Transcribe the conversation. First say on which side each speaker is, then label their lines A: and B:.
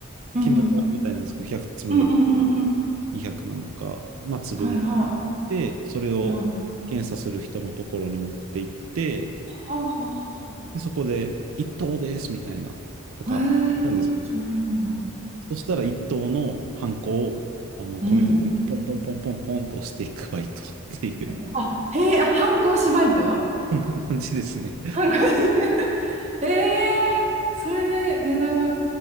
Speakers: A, on the right; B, on the right.
A: うんうん
B: 決まりがあるみたいなんですけど、100粒な、
A: うんうんうんうん
B: 200なのか、まあ、粒ぐらい
A: はいは
B: で、それを検査する人のところに持って行って、
A: いはいはあはあは
B: で、そこで、一等ですみたいな、とか、
A: あはあ
B: なんですよね
A: へえ決まるんだ
B: そしたら一等のハンコを、あの、
A: うん
B: 米袋にポンポンポンポンポンと押していくバイトっていう、
A: えあへえあ反抗しバイト
B: <laughs> こんな感じですね。
A: 反抗し <laughs> ええそれで値段が